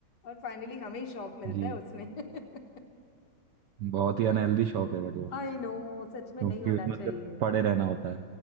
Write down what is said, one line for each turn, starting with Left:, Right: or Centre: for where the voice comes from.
Left: और फाइनली हमें ही शौक मिलता
Right: <laughs> जी
Left: है उसमें <laughs>
Right: बहुत ही अनहेल्दी शौक है बट वो
Left: आई नो सच
Right: क्योंकि
Left: में नहीं होना
Right: उसमें
Left: चाहिए
Right: सिर्फ पड़े रहना होता है